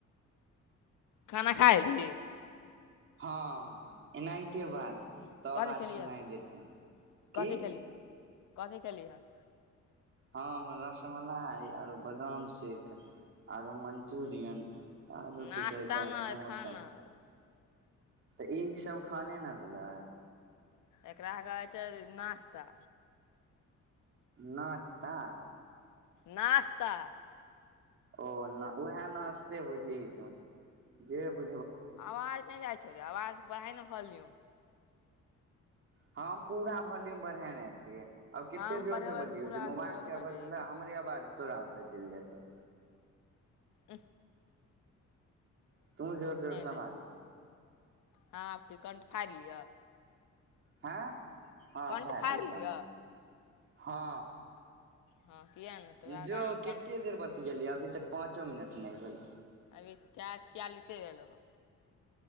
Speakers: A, on the left; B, on the right.
A: खाना खा ऐल्ही
B: हँ एनाहिते बाज तऽ आबज
A: कथी खेलियै
B: सुनाइ
A: हन तऽ
B: देतो हन की
A: कथी खेलियै हन कथी केलिय हन
B: हँ रसमलाई आरो बदाम सेेख आरो मंचुरियन आरो
A: नाश्ता
B: की कहै छै आर
A: नहि
B: समोसा
A: खाना
B: तऽ ई सभ खाने न भेलै
A: एकरा कहइ छै नाश्ता
B: नाचता
A: नाश्ता
B: ओ न उहे नसते बुझही तू जे बु
A: आवाज नइ जाइ छौ रे आवाज बरहाई न भौलयुम
B: हम पूरा भोल्यूम बढ़ेने छियै आब
A: हम
B: कते जोर
A: बढ़ेबै
B: से बजियौ
A: तऽ पूरा
B: जे मोबाइल
A: देखैत
B: के
A: रहियै
B: आवाज हमरे आवाज तोरा ओते चइल जेतउ
A: उह
B: तू जोर जोर सँ
A: दे
B: बाज
A: हँ आब की कण्ठ फाड़ि लिअ
B: हँ हँ
A: कण्ठ
B: फार
A: फाड़ि
B: लै कण्ठ
A: लिअ
B: हँ
A: हँ किएक नहि तोरा
B: जो
A: कारण
B: कते
A: कण्ठ
B: देर बतियैलही अभी तक पाँचो मिनट नइ भेल
A: अभी चारि छियालिसे भेलौ ह